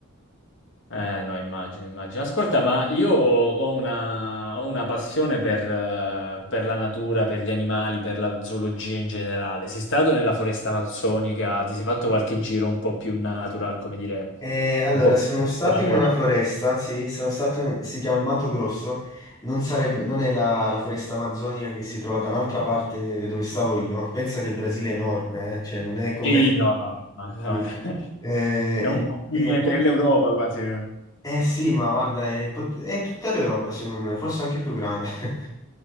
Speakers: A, on the left (about 60°); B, on the left (about 15°).
A: Eh, no, immagino, immagino. Ascolta, ma io ho una, ho una passione per, eh, per la natura, per gli animali, per la zoologia in generale. Sei stato nella foresta amazzonica? Ti sei fatto qualche giro un po' più natural, come dire,
B: Eh, allora,
A: un po'
B: sono
A: più esploratorio?
B: stato in una foresta, sì, sono stato, si chiama il Mato Grosso, non sarebbe, non è la, la foresta amazzonica che si trova da un'altra parte dove stavo io, pensa che il Brasile è enorme, eh, Cioè non è come...
A: Sì, no, no, no,
B: <laughs>
A: no,
B: Sì.
A: <laughs>
B: Eh,
A: è
B: il-
A: un po' più
B: eh,
A: dell'Europa quasi. eh.
B: eh sì, ma guarda, è, pot- è tutta l'Europa secondo me, forse anche più grande. <laughs>